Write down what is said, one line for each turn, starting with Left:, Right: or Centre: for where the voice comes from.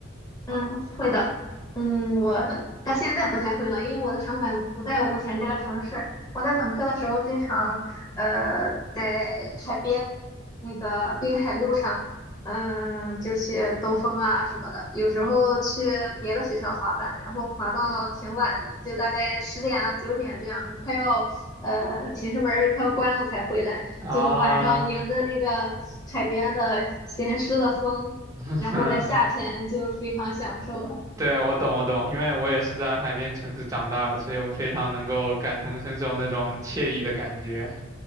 Left: 嗯，会的。嗯，我到现在不太会了，因为我的长板不在我目前这个城市。我在本科的时候，经常呃在海边那个滨海路上，嗯，就去兜风啊什么的。有时候去别的学校滑板，
Right: 啊
Left: 然后滑到挺晚的，就大概十点啊九点这样，快要呃寝室门儿快要关了才回来，
Right: 啊？
Left: 就晚上迎着那个海边的咸湿的风。
Right: <laughs>
Left: 然后在夏天就非常享受了。
Right: 对，我懂，我懂，因为我也是在海边城市长大的，所以我非常能够感同身受那种惬意的感觉。